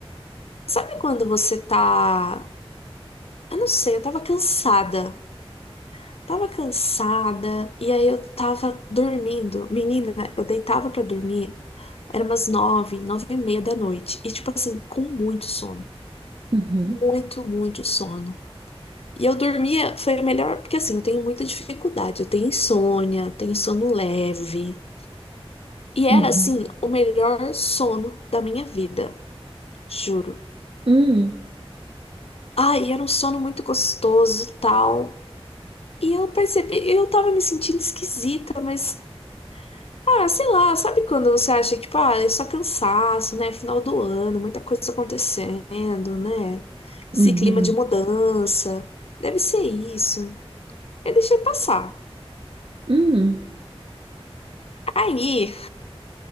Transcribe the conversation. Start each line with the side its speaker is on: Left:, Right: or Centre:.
Left: Sabe quando você tá. Eu não sei, eu tava cansada. Tava cansada e aí eu tava dormindo. Menina, eu deitava pra dormir. Era umas nove, nove e meia da noite. E, tipo assim, com muito sono.
Right: uhum,
Left: Muito, muito sono. E eu dormia, foi melhor, porque assim, eu tenho muita dificuldade, eu tenho insônia, tenho sono leve. E
Right: uhum,
Left: era assim, o melhor sono da minha vida, juro.
Right: uhum,
Left: Ai, era um sono muito gostoso, tal. E eu percebi, eu tava me sentindo esquisita, mas ah, sei lá, sabe quando você acha que, tipo, ah, é só cansaço, né? Final do ano, muita coisa acontecendo, né? Esse
Right: hum,
Left: clima
Right: uhum,
Left: de mudança. Deve ser isso. Eu deixei passar.
Right: hum,
Left: Aí,